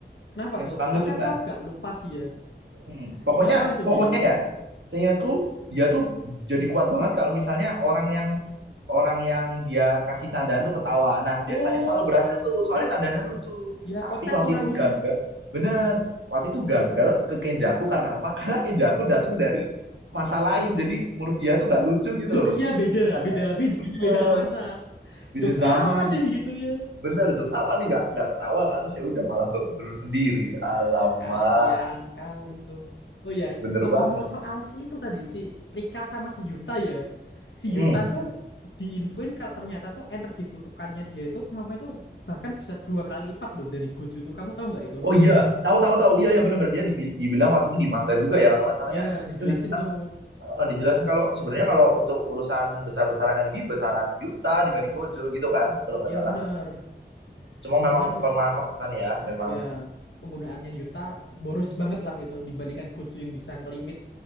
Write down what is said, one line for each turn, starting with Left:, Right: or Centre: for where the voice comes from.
Left: Kenapa
Right: yang
Left: tuh?
Right: suka ngelucu
Left: Tapi aku
Right: kan
Left: agak lupa sih ya.
Right: Hmm, pokoknya
Left: Diapain tuh
Right: pokoknya
Left: dia?
Right: ya seingatku dia tuh jadi kuat banget kalau misalnya orang yang orang yang dia kasih candaan tuh ketawa. Nah,
Left: Oh,
Right: biasanya selalu berhasil tuh, soalnya candaannya lucu.
Left: ya
Right: Tapi
Left: kocak
Right: waktu
Left: tuh orangnya.
Right: itu gagal, bener. Waktu itu gagal ke Kenjaku karena apa? <laughs> Karena Kenjaku datang dari masa lain, jadi menurut dia tuh nggak lucu gitu
Left: Jokesnya
Right: loh.
Left: beda,
Right: Padahal
Left: beda, beda,
Right: bener,
Left: beda masa.
Right: beda
Left: Jokes
Right: zaman.
Left: apa nih gitu ya?
Right: Bener, Jok Sapa nih nggak nggak ketawa kan terus ya udah malah babak belur sendiri. Alamak,
Left: Kasian kali tuh. Oh ya,
Right: bener
Left: ngomong-ngomong
Right: banget.
Left: soal si itu tadi, si Rika sama si Yuta ya. Si
Right: Mm.
Left: Yuta tuh diinfoin kalau ternyata tuh energi kutukannya dia itu kemampuannya tuh bahkan bisa dua kali lipat loh dari Gojo tuh. Kamu tahu nggak itu?
Right: Oh iya, tahu tahu tahu. Iya ya bener bener dia dibi- dibilang waktu itu di manga juga ya kalau nggak salah
Left: Ya,
Right: ya.
Left: dijelasin
Right: Itu dibilang
Left: tuh.
Right: eh, dijelasin kalau sebenarnya kalau untuk urusan besar-besaran energi besaran Yuta dibanding Gojo gitu kan kalau nggak
Left: Ya
Right: salah
Left: bener.
Right: cuma memang
Left: Cuman
Right: pemanfaatan ya memang
Left: ya penggunaannya Yuta boros banget lah gitu dibandingkan Gojo yang bisa ngelimit